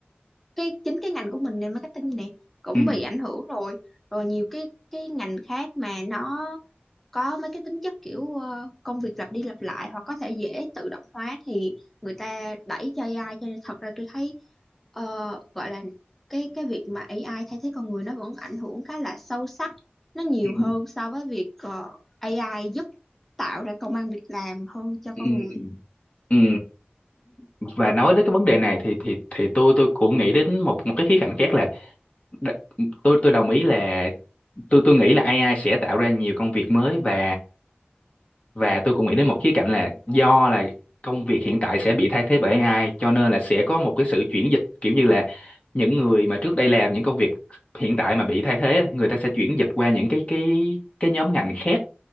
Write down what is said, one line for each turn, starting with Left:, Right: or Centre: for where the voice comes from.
Centre: cái chính cái ngành của mình này marketing này cũng
Left: ừ
Centre: bị ảnh hưởng rồi rồi nhiều cái cái ngành khác mà nó có mấy cái tính chất kiểu ờ, công việc lặp đi lặp lại hoặc có thể dễ tự động hóa thì người ta đẩy cho AI cho nên thật ra tôi thấy ờ, gọi là cái cái việc mà AI thay thế con người nó vẫn ảnh hưởng khá là sâu sắc nó nhiều
Left: ừ
Centre: hơn so với việc ờ, AI giúp tạo ra công ăn việc làm hơn cho con
Left: ừ
Centre: người
Left: Ừ, và nói đến cái vấn đề này thì thì thì tôi tôi cũng nghĩ đến một một cái khía cạnh khác là đ- tôi tôi đồng ý là tôi tôi nghĩ là AI sẽ tạo ra nhiều công việc mới và và tôi cũng nghĩ đến một khía cạnh là do là công việc hiện tại sẽ bị thay thế bởi AI cho nên là sẽ có một cái sự chuyển dịch kiểu như là những người mà trước đây làm những công việc hiện tại mà bị thay thế người ta sẽ chuyển dịch qua những cái cái cái nhóm ngành khác